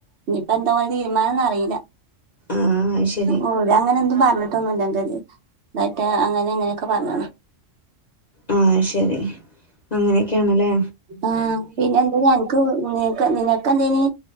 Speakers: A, on the right; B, on the left.
A: ഇഞ്ഞിപ്പോ എന്താ ഓലെ തീരുമാനം ന്ന് അറീല്ല
B: ആഹ് അത് ശരി
A: ഓയ് ഞാൻ അങ്ങനെ എന്തും പറഞ്ഞിട്ടൊന്നുമില്ലന്റത് ന്ന്ട്ടയ്റ്റ അങ്ങനെ ഇങ്ങനെയൊക്കെ പറഞ്ഞ്ണ്
B: ആഹ് അയ്ശരി അങ്ങനെയൊക്കെയാണ് ലെ
A: ആഹ് പിന്നെ എന്ത അനക്ക് നിനക്ക് നിനക്ക് എന്തേനി